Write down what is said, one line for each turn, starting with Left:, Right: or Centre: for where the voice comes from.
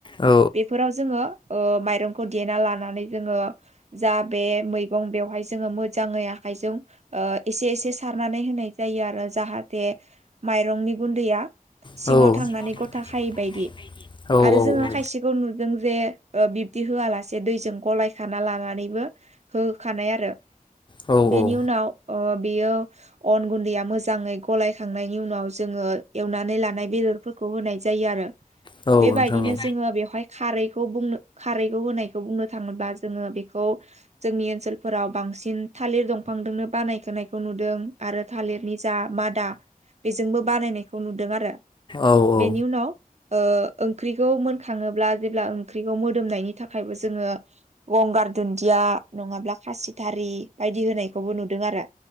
Left: औ
Right: बेफोराव जोङो ओ माइरं खौ देना लानानै जोङो जा बे मैगं बेवहाय जोङो मोजाङै आखाइजों ओ एसे एसे सारनानै होनाय जायो आरो जाहाथे माइरंनि गुन्दैया
Left: औ
Right: सिङाव थांनानै गथा खायै बायदि। आरो जोङो खायसे खौ नुदों जे ओ बिब्दि होआलासे दैजों गलायखाना लानानैबो होखानाय आरो।
Left: औ
Right: बेनि
Left: औ
Right: उनाव ओ बेयो अन गुन्दैया मोजाङै गलायखांनायनि उनाव जोङो एवनानै लानाय बेदरफोरखौ होनाय जायो आरो।
Left: जोङो
Right: बेबायदिनो
Left: एवनानै
Right: जोङो बेवहाय खारैखौ बुंनो खारैखौ होनायखौ बुंनो थाङोब्ला जोङो बेखौ जोंनि ओनसोलफोराव बांसिन थालिर दंफांदोंनो बानायखोनायखौ नुदों आरो थालिरनि जा मादा बेजोंबो बानायायनायखौ नुदों आरो।
Left: आरो
Right: बेनि उनाव ओ ओंख्रिखौ मोनखाङोब्ला जेब्ला ओंख्रिखौ मोदोमनायनि थाखायबो जोङो गंगार दुन्दिया नङाब्ला खासिथारि बायदि होनायखौबो नुदों आरो।